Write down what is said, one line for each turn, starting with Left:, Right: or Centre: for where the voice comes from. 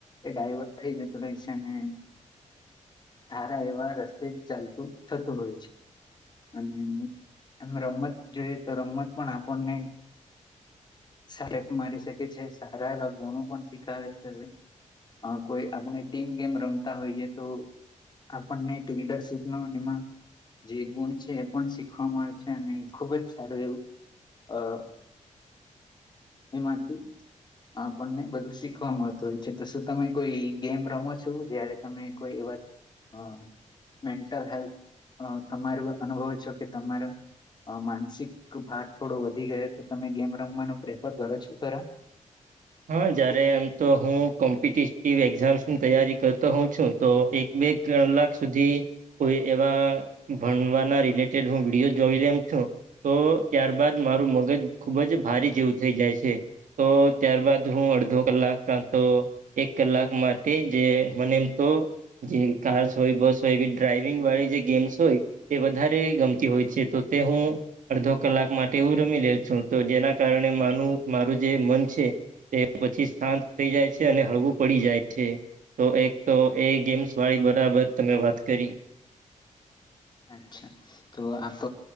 Left: એ ડાયવર્ટ થઈ જતું રહે છે ને સારા એવા રસ્તે જ ચાલતું થતું હોય છે અને એમ રમત જોઈએ તો રમત પણ આપણને સક મારી શકે છે સારા એવા ગુણો પણ સ્ીખારે છે હવે અ કોઈ આપણે ટીમ ગેમ રમતા હોઈએ તો આપણને એક લીડરશીપનો એમાં જે ગુણ છે એ પણ શીખવા મળે છે અને ખુબ જ સારું એવું અ એમાંથી આપણને બધું શીખવા મળતું હોય છે તો શું તમે કોઈ ગેમ રમો છો જયારે તમે કોઈ એવા અ મેન્ટલ હેલ્થ તમારું અનુભવ છો કે તમારું માનસિક ભાર થોડો વધી ગયો તો તમે ગેમ રમવાનો પ્રેફર કરો છો ખરા
Right: હા જારે એમ તો હું કોમ્પિટેટિવ એક્ઝામ્સની તૈયારી કરતો હોઉં છું તો એક બે કેલાક સુધી કોઈ એવા ભણવાના રિલેટેડ હું વિડીયો જોઈ લમ છું તો ત્યારબાદ મારું મગજ ખૂબ જ ભારે જેવું થઈ જાય છે તો ત્યારબાદ હું અડધો કલાક ક તો એક કલાક માટે જે મને એમ તો જે કાર્સ હોય બસ હોય એ ડ્રાઈવિંગ વાળી જે ગેમ્સ હોય તે વધારે ગમતી હોય છે તો તે હું અડધો કલાક માટે એવું રમી લે છું તો જેના કારણે માનું મારું જે મન છે તે પછી શાંત થઈ જાય છે અને હળવું પડી જાય છે તો એક તો એ ગેમ્સ વાળી બરાબર તમે વાત કરી
Left: અચ્છા તો આપ